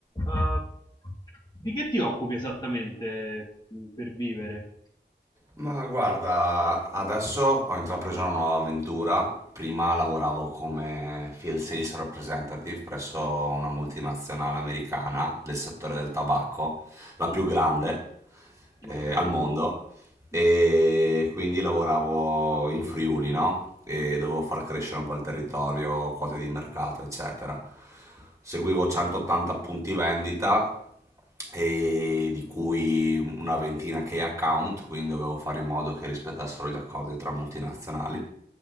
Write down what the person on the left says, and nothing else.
Ah, di che ti occupi esattamente mm, per vivere?
Mm,
ok.
ok.